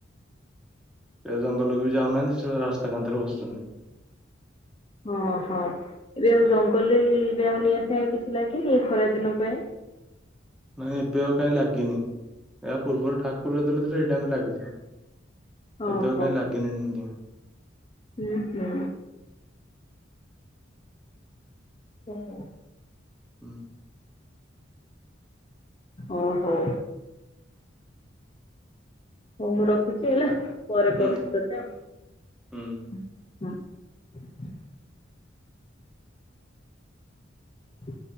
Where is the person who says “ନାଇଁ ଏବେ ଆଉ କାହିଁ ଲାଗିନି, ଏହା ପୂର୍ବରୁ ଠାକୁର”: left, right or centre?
Centre